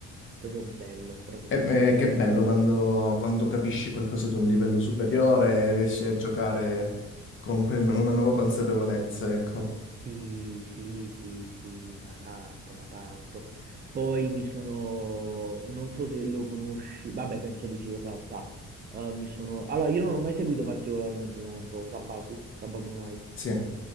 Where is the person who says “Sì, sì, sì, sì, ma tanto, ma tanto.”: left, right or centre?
Right